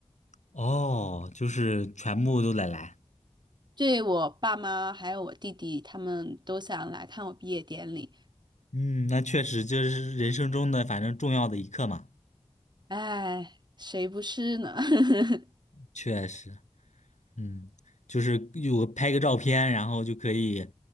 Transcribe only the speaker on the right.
对我爸妈还有我弟弟，他们都想来看我毕业典礼，
哎，谁不是呢？<laughs>